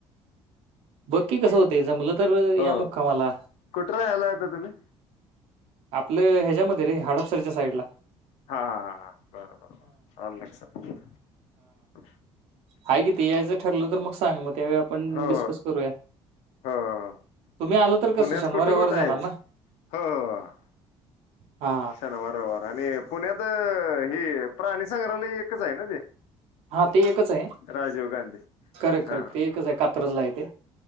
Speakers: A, on the right; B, on the left.
A: बघ की कस हुतय जमलं तर
B: हो
A: या मुक्कामाला,
B: कुठं राहायला आता तुम्ही?
A: आपलं ह्याच्यामध्ये रे हाडपसरच्या साईड ला
B: हा हा हा. बर बर ऑनलाइन <unintelligible>
A: हाय की ती यायचं ठरल तर मग सांग मग त्यावेळी आपण
B: हो
A: डिसकस करूया.
B: हो
A: तुम्ही आलं तर
B: पुण्यात
A: कसं शनिवार
B: कुठं
A: रविवारच
B: कुठं हाइस?
A: येणार ना
B: ह अ आ
A: हा
B: शनिवार, रविवार आणि पुण्यात अ हे प्राणी संग्रहालय एकचं हाय ना ते?
A: हा ते एकचं हाय
B: राजीव गांधी
A: करेक्ट
B: हा
A: करेक्ट ते एकचं हाय कात्रज ला हाय. ते